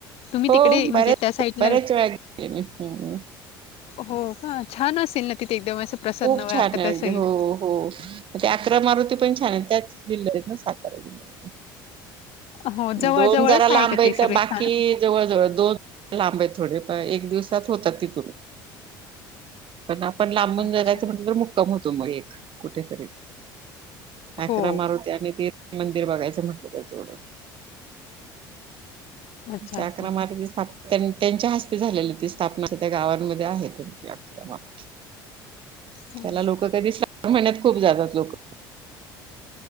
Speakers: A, on the left (about 60°); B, on the right (about 50°).
A: तुम्ही
B: हो
A: तिकडे म्हणजे
B: बऱ्याच
A: त्या साईडला-
B: बऱ्याच वेळा गेले मी हम्म
A: हो का छान असेल ना तिथे एकदम असं प्रसन्न
B: खूप छान
A: वाटत
B: आहे
A: असेल.
B: अगदी हो हो ते अकरा मारुती पण छान आहे त्याच जिल्ह्यात आहेत ना सातारा जिल्ह्यात.
A: हो, जवळ-जवळच
B: दोन जरा लांब
A: आहे का
B: आहेत,
A: ते सगळे
B: बाकी-
A: स्थान?
B: जवळ जवळ हे. दोन लांब आहेत थोडे प एक दिवसात होतात तिथून. पण आपण लांबून
A: अच्छा.
B: जायचं म्हटलं तर मुक्काम होतो मग एक कुठेतरी. अकरा
A: हो.
B: मारुती आणि ते एक मंदिर बघायचं म्हटलं तर तेवढं.
A: अच्छा,
B: त्या
A: अच्छा.
B: आकरा मारुती स्थाप- त्यां त्याच्या हस्ते झालेली ती स्थापना त्या गावांमध्ये आहे ते अकरा मारुती.
A: हां.
B: त्याला लोक कधी श्रावण महिन्यात खूप जातात लोक.